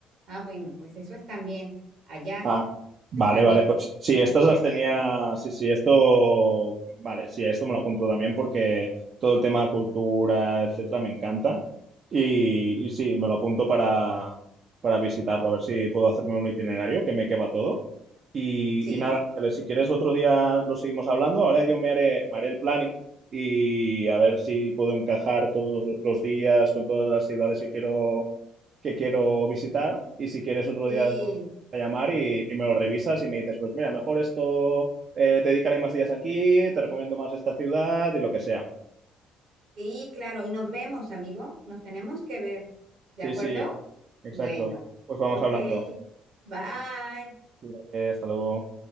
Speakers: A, on the right; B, on the right.
A: Ah, bueno, pues eso es también allá,
B: Ah, vale,
A: es también
B: vale, pues sí,
A: que
B: estas
A: saliera.
B: las tenía, sí, sí, esto, vale, sí, esto me lo apunto también porque todo el tema de cultura, etcétera, me encanta y, y sí, me lo apunto para, para visitarlo, a ver si puedo hacerme un itinerario que me quepa todo y,
A: Sí,
B: y nada, Ángeles, si quieres otro día lo seguimos hablando, ahora yo me haré, me haré el planning y a ver si puedo encajar todos los días con todas las ciudades que quiero, que quiero visitar y si quieres otro
A: sí,
B: día a llamar y, y me lo revisas y me dices, pues mira, mejor esto, eh, te dedicaré más días aquí, te recomiendo más esta ciudad y lo que sea.
A: sí, claro. Y nos vemos, amigo. Nos tenemos que ver. ¿De
B: Sí,
A: acuerdo?
B: sí, exacto.
A: Bueno,
B: Pues vamos
A: ok.
B: hablando.
A: Bye.
B: Cuídate, hasta luego.